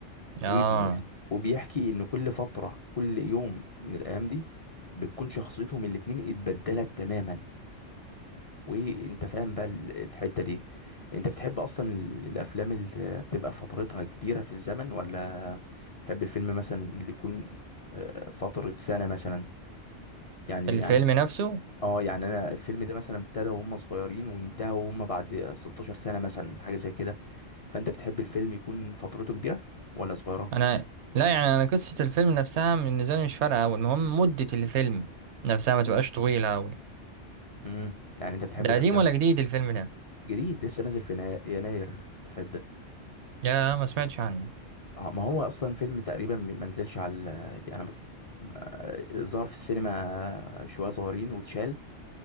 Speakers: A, on the left; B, on the right.
A: وبيحكي
B: اه
A: وبيحكي ان كل فتره كل يوم من الايام دي بتكون شخصيتهم الاتنين اتبدلت تماما وانت فاهم بقى ال- الحته دي انت بتحب اصلا ال- الافلام اللي بتبقى فترتها كبيره في الزمن ولا تحب الفيلم مثلا اللي يكون آه، فتره سنه مثلا يعني
B: الفيلم
A: يعني
B: نفسه
A: اه يعني انا الفيلم ده مثلا ابتدى وهم صغيرين وانتهى وهم بعد 16 سنه مثلا حاجه زي كده فانت بتحب الفيلم يكون فترته كبيره ولا صغيره
B: انا لا يعني انا قصه الفيلم نفسها بالنسبه لي مش فارقه قوي المهم مده الفيلم نفسها ما تبقاش طويله قوي
A: امم يعني انت بتحب
B: ده
A: الافلام
B: قديم ولا جديد الفيلم ده
A: جديد لسه نازل في نا- يناير اللي فات ده
B: يا ما سمعتش عنه
A: اه ما هو اصلا فيلم تقريبا ما نزلش على ال- انا ما ما- ظهر في السينما شويه صغيرين واتشال